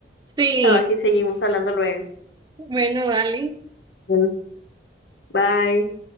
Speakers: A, on the right; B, on the left.
A: Sí,
B: A ver si seguimos hablando luego.
A: bueno, dale.
B: Bueno, Bye.